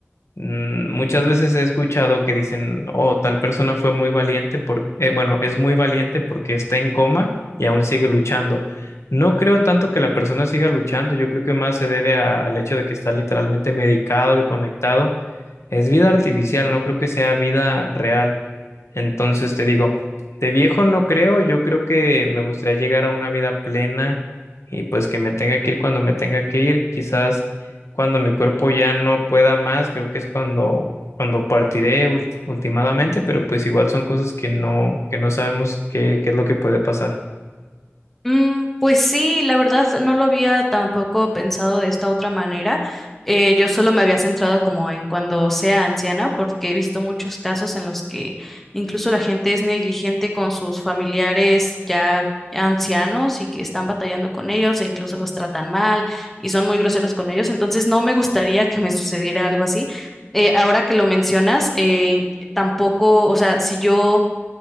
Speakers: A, on the left; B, in the centre.
A: Mm, Muchas veces he escuchado que dicen, oh, tal persona fue muy valiente porque, eh, bueno, es muy valiente porque está en coma y aún sigue luchando. No creo tanto que la persona siga luchando, yo creo que más se debe a- al hecho de que está literalmente medicado y conectado. Es vida artificial, no creo que sea vida real. Entonces te digo, de viejo no creo, yo creo que me gustaría llegar a una vida plena y pues que me tenga que ir cuando me tenga que ir, quizás cuando mi cuerpo ya no pueda más, creo que es cuando, cuando partiré ult- ultimadamente, pero pues igual son cosas que no, que no sabemos qué, qué es lo que puede pasar.
B: Mm, pues sí, la verdad no lo había tampoco pensado de esta otra manera. Eh, yo solo me había centrado como en cuando sea anciana, porque he visto muchos casos en los que incluso la gente es negligente con sus familiares ya ancianos y que están batallando con ellos e incluso los tratan mal y son muy groseros con ellos. Entonces no me gustaría que me sucediera algo así. Eh, ahora que lo mencionas, eh, tampoco, o sea, si yo